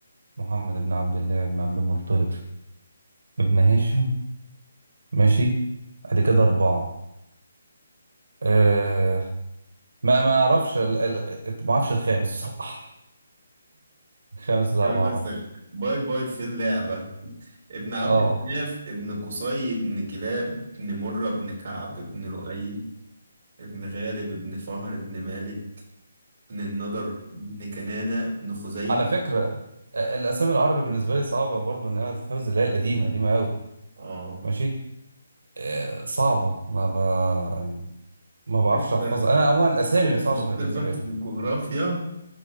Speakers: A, on the right; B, on the right.
A: محمد ابن عبد الله ابن عبد المطلب ابن هاشم ماشي ادي كده اربعه أه ما ما اعرفش ال- ال- ال- ما اعرفش الخامس بصراحه <laughs> الخامس لا
B: اعتبر
A: ما اعرفش
B: نفسك باي باي في اللعبة ابن عبد
A: اه
B: مناف ابن قصي ابن كلاب ابن مرة ابن كعب ابن لؤي ابن غالب ابن فهر ابن مالك بن النضر بن كنانة بن خزيمة
A: على فكره آه، الاسامي العربي بالنسبه لي صعبه برضو ان هي تتحفظ اللي هي القديمه قديمه قوي
B: اه
A: ماشي آه، صعبة ما ب... يعني ما بعرفش
B: انت
A: احفظها انا عموما الاسامي
B: انت
A: صعبة
B: شاطر
A: بالنسبة
B: بس
A: لي
B: في الجغرافيا